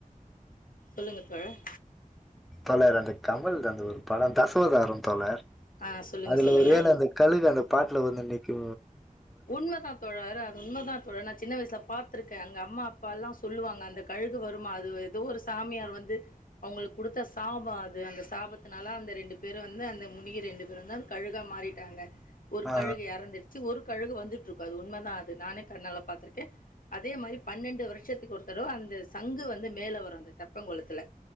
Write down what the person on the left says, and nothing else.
சொல்லுங்க தோழர்
ஆ சொல்லுங்க,
சொல்லுங்க.
உண்மதா தோழர் அது உண்மதா தோழர் நா சின்ன வயசுல பாத் திர்க்கே அங்க அம்மா அப்பாலா சொல்லுவாங்க அந்த கழுகு வருமா அதுவு எதோ ஒரு சாமியார் வந்து அவுங்ளுக் குடுத்த சாப அது அந்த சாபத்துனால அந்த ரெண்டு பேர் வந்து அந்த முனிக ரெண்டு பேர் வந்து அந் கழுகா மாறிட்டாங்க ஒர்
கழுகு எறந்துடுச்சு ஒரு கழுகு வந்துட்ருக்கு அது உண்மதா அது நானே கண்ணால பாத்திர்க்கே அதே மாரி பன்னெண்டு வருஷத்துக்கு ஒரு தடவ அந்த சங்கு வந்து மேல வரோ அந்த தெப்பங்கொளத்துல